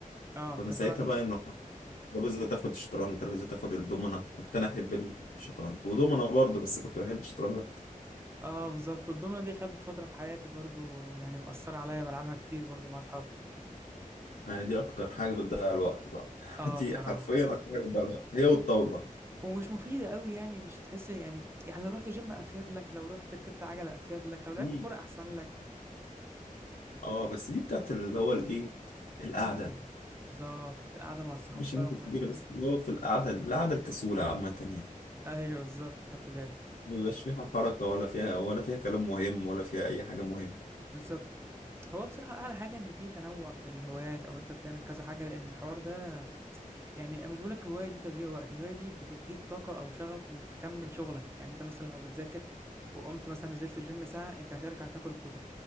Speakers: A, on the right (about 15°); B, on the left (about 80°).
A: اه
B: كنا
A: شطرنج
B: ساعتها بقى
A: بقى
B: انه ترابيزة تاخد الشطرنج ترابيزة تاخد الدومنة كنت انا احب الشطرنج ودومنة برضه بس كنت بحب الشطرنج اكتر
A: اه بالظبط والدومنة دي خدت فترة في حياتي برضو يعني مأثرة عليا بلعبها كتير برضو مع أصحابي
B: يعني دي اكتر حاجة بتضيع الوقت بقى <laughs>
A: اه
B: دي
A: بصراحة
B: حرفيا اكتر حاجة بتضيع الوقت هي والطاولة
A: ومش مفيدة قوي يعني مش تحس يعني يعني لو رحت جيم أفيد لك لو رحت ركبت عجلة أفيد لك لو لعبت
B: دي
A: كورة أحسن لك
B: اه بس دي بتاعت اللي هو الايه القعدة
A: الناس الكبيرة بالظبط قاعدة مع الصحاب
B: مش
A: بقى
B: الناس
A: والناس
B: الكبيرة بس
A: الكبيرة
B: اللي هو في القعدة القعدة الكسولة عامة يعني
A: <laughs> أيوه بالظبط خدت بالي
B: مبيبقاش فيها حركة ولا فيها ولا فيها كلام مهم ولا فيها أي حاجة مهمة
A: بالظبط هو بصراحة أعلى حاجة إن في تنوع في الهوايات أو أنت بتعمل كذا حاجة لأن الحوار ده يعني انا مش بقول لك الهوايه دي تضييع وقت الهوايه دي بتديك طاقه او شغف انك تكمل شغلك يعني انت مثلا لو بتذاكر وقمت مثلا نزلت الجيم ساعه انت هترجع تاكل الكتب